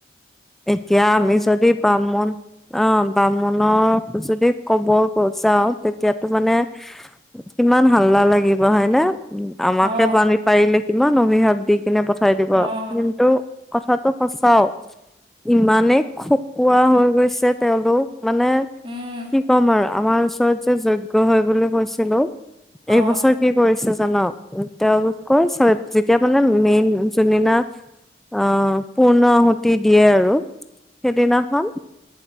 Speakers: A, in the centre; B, on the right.
A: এতিয়া
B: অ',
A: আমি যদি বামুন অ বাম মনৰ যদি ক'ব যাওঁ তেতিয়াতো মানে কিমান হাল্লা লাগিব হয়নে উ আমাকে
B: অ',
A: পানী পাৰিলে কিমান অভিশাপ দি কিনে পঠাই দিব
B: অ',
A: আৰু কিন্তু কথাটো সচাও ইমানেই খকুৱোৱা হৈ গৈছে তেওঁলোক মানে
B: উম,
A: কি ক'ম আৰু আমাৰ ওচৰত যজ্ঞ হয় বুলি কৈছিলো এইবছৰ
B: অ',
A: কি কৰিছে জান তেওঁলোকৰ চৈত যেতিয়া মানে মেইন যোনদিনা অহ পূৰ্ণ আহুতি দিয়ে আৰু সেইদিনাখন